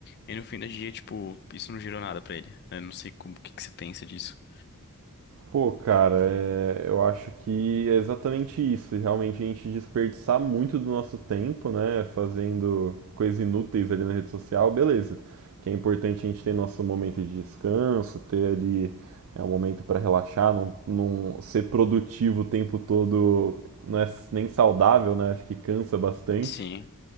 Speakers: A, on the left; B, on the right.
A: e no fim do dia, tipo, isso não gerou nada pra ele, né? Não sei como, o que que você pensa disso.
B: Pô, cara, é, eu acho que é exatamente isso. Realmente a gente desperdiçar muito do nosso tempo, né, fazendo coisas inúteis ali na rede social, beleza. Que é importante a gente ter nosso momento de descanso, ter ali é, um momento para relaxar, não, não ser produtivo o tempo todo, não é s- nem saudável, né? Acho que cansa bastante.
A: Sim,